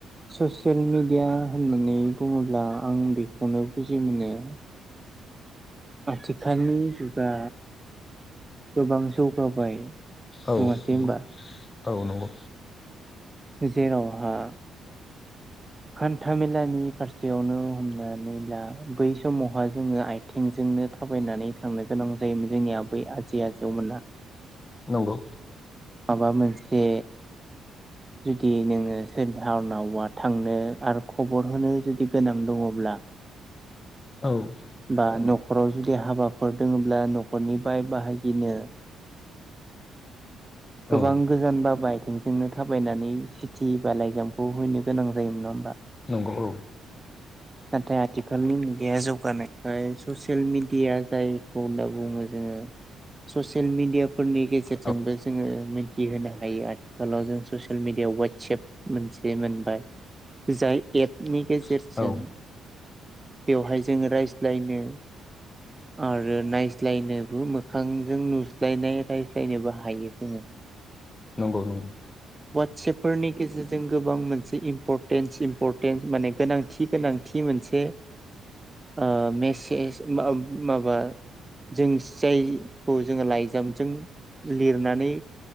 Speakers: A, on the right (about 20°); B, on the left (about 25°).
A: ससियेल मिडिया होननानै बुङोब्ला आं बेखौनो बुजि मोनो आथिखालनि जुगा गोबां जौगाबाय।
B: औ
A: नङासै
B: नंगौ
A: होमबा
B: औ नंगौ।
A: जेरावहा हान्थामेलानि फारसेयावनो हमनानै ला बै समावहा जोङो आइथेंजों नो थाबायनानै थांनो गोनां जायोमोन जोंनिया आबै आजै आजौमोना।
B: नंगौ।
A: माबा मोनसे जुदि नोङो सोरहानावबा थांनो आरो खबर होनो जुदि गोनां दङब्ला
B: औ
A: बा न'खराव जुदि हाबाफोर दङोब्ला न' खरनिफ्राय बाहागिनो गोबां
B: औ
A: गोजानबाबो आइ थेंजोंनो थाबायनानै सिटि बा लाइजामखौ हैनो गोनां जायोमोन नङा होमबा?
B: नंगौ औ।
A: नाथाय आथिखालनि मुगाया जौगानायखाय ससियेल मिडिया जायखौ होनना बुङो जों ससेल मिडिया फोरनि गेजेरजोंबो
B: औ
A: जोङो मिथिहोनो हायो आथिखालाव जों ससे ससियेल मिडिया वाटसेएप मोनसे मोनबाय जाय एपनि गेजेरजों
B: औ औ
A: बेवहाय जोङो रायज्लायनो आरो नायज्लायनोबो मोखांजों नुज्लायनाय रायज्लायनोबो हायो जोङो।
B: नंगौ नंगौ‌।
A: सेपफोरनि गेजेरजों गोबां मोनसे इम्परटेन्स सिम्परटेन्स माने गोनांथि गोनां थि मोनसे ओ मेसेज मा-माबा जों जायखौ जोङो लाइजामजों लिरनानै